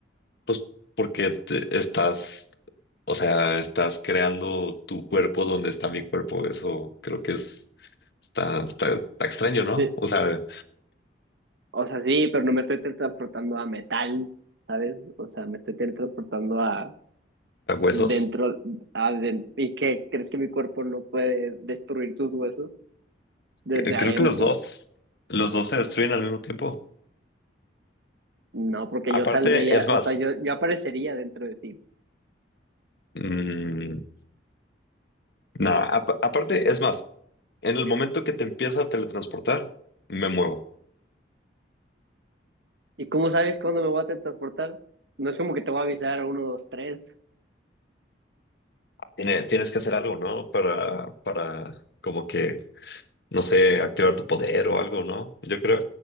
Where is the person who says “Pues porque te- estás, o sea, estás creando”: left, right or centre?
Left